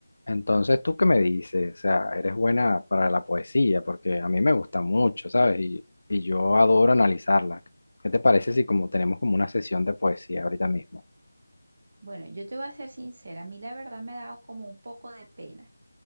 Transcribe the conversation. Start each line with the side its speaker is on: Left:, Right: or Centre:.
Left: Entonces, ¿tú qué me dices? O sea, eres buena para la poesía, porque a mí me gusta mucho, ¿sabes? Y, y yo adoro analizarla. ¿Qué te parece si como tenemos como una sesión de poesía ahorita mismo?
Right: Bueno, yo te voy a ser sincera, a mí la verdad me ha dado como un poco de pena,